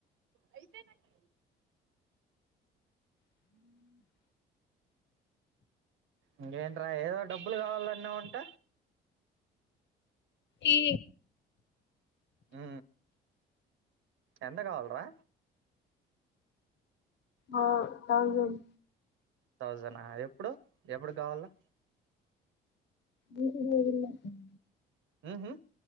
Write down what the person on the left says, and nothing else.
అ
ఈ
ఆ థౌసేన్
ఊకె ఇరువై వేయిలు <inaudible>